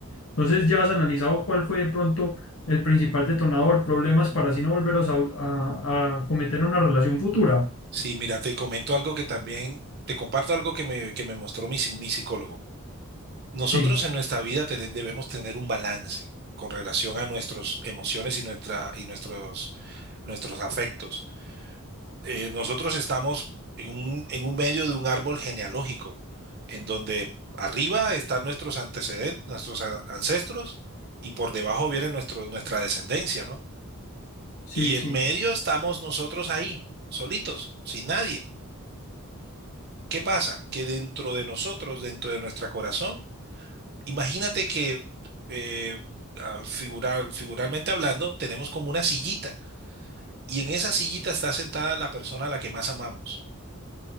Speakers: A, on the left; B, on the right.
A: Entonces ya has analizado cuál fue de pronto el principal detonador, problemas para así no volveros a, a, a cometer en una relación futura.
B: Sí, mira, te comento algo que también, te comparto algo que me, que me mostró mi, psi- mi psicólogo. Nosotros
A: Sí,
B: en nuestra vida tene- debemos tener un balance con relación a nuestras emociones y, nuestra, y nuestros, nuestros afectos. Eh, nosotros estamos en un, en un medio de un árbol genealógico, en donde arriba están nuestros antecedentes, nuestros a- ancestros, y por debajo viene nuestro, nuestra descendencia, ¿no?
A: sí,
B: Y
A: sí,
B: en medio estamos nosotros ahí, solitos, sin nadie ¿Qué pasa? Que dentro de nosotros, dentro de nuestro corazón, imagínate que eh, ah, figural, figuralmente hablando, tenemos como una sillita y en esa sillita está sentada la persona a la que más amamos.